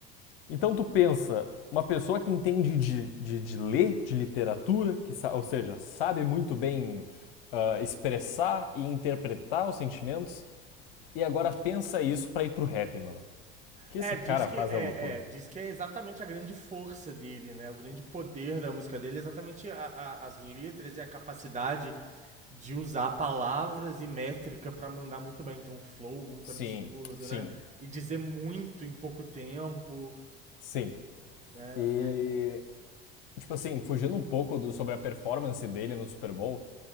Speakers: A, on the left; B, on the right.
A: Então tu pensa, uma pessoa que entende de, de, de ler, de literatura, que sa- ou seja, sabe muito bem ah, expressar e interpretar os sentimentos, e agora pensa isso pra ir pro rap, mano. O que
B: É,
A: esse
B: diz
A: cara
B: que
A: faz
B: é,
A: é loucura.
B: é, diz que é exatamente a grande força dele, né? O grande poder da música dele é exatamente a- a- as letras e a capacidade de usar palavras e métrica pra mandar muito bem. Então, um flow muito
A: Sim,
B: absurdo,
A: sim,
B: né? E dizer muito em pouco tempo,
A: sim.
B: né?
A: E,
B: É,
A: tipo assim, fugindo um pouco do- sobre a performance dele no Super Bowl,